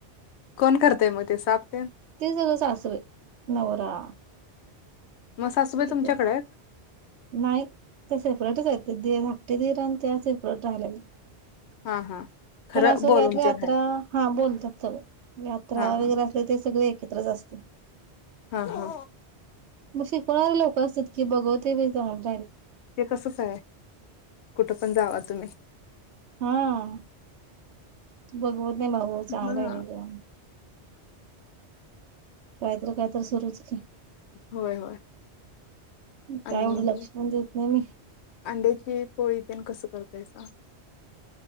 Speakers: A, on the left; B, on the right.
A: कोण करतेय मग ते साफ तेन?
B: ते सगळ सासूबाई. नवरा.
A: म सासुबाई
B: ठीक
A: तुमच्याकडे
B: आहे
A: आहेत?
B: नाही ते सेपरेटच आहेत, ते धाकटे दीर आणि त्या सेपरेट राहिलेल्या.
A: हा हा खरं
B: पण असं
A: बोलून
B: काहीतरी यात्रा
A: ते नाही
B: हा बोलतात सगळे यात्रा
A: हा
B: वगैरे
A: हा
B: असल्यावर ते सगळे ए एकत्रच असतंय.
A: हा हा
B: मग शिकवणारे लोक असतात की बघत ते बी <unintelligible>
A: ते तसच हाय कुठं पण जावा तुम्ही.
B: हा. बघवत नाही भाऊ, भाऊ चांगल
A: हा
B: राहिलेलं. कायतर, कायतर सुरूच की
A: होय, होय. आणि
B: काय एवढं लक्ष पण देत नाही मी.
A: अंड्याची पोळी तेन कस करतायसा?